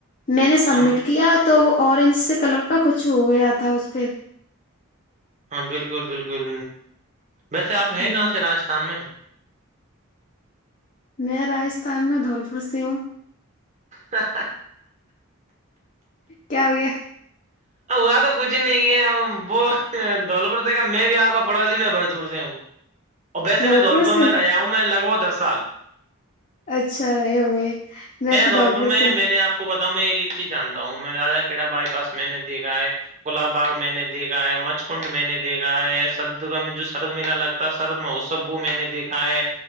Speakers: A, on the left; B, on the right.
A: میں نے سبمٹ
B: سم
A: کیا تو وہ اورینج سے کلر کا کچھ ہو گیا تھا اس پہ
B: ہاں بالکل بالکل ویسے آپ ہیں
A: ہوں
B: کہاں سے راستھان میں
A: میں راجستھان میں دھولپور سے ہوں
B: س
A: کیا ہویا
B: وہاں تو کچھ ہی نہیں ہے وہ دولپور سے کا میں بھی آؤ کا پڑوسی میں بڑپڑ سے ہوں
A: <inaudible>
B: اور ویسے
A: بھرت
B: میں دھولپور
A: پور سے
B: میں رہیا ہوں میں لگ بھگ دس سال
A: اچھا یہ ہوگئے میں تودولپور
B: دھول پور میں
A: س
B: میں نے آپ کو بتاؤں میں ایک ایک چیز جانتا ہوں میں را کھڑا بائی پاس میں نےیکھا ہے گلاب باغ میں نے دیکھا ہے مچکنڈ میں نے دیکھا ہے سرگہ میں جو سرد میلا لگتا سرد موسب بو میں نے دیکھا ہے
A: ج